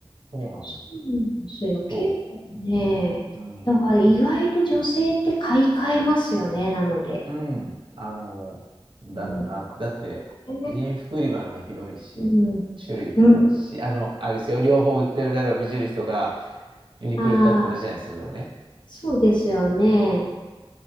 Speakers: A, on the right; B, on the left.
A: そうなんですよ。
B: そうなんですよ。結構ね、
A: そう。うん。
B: だから意外と女性って買い替えますよね、なので。
A: うん。あの、だろうな。
B: うん。
A: だって、婦人服売り場のが広いし、
B: ねうん。
A: 種類も多いし、
B: うん。
A: あの、あれですよ。両方売ってる、例えば無印とかユニクロ行ったって同じじゃないですか、
B: ああ、
A: それはね。
B: そうですよね。
A: そう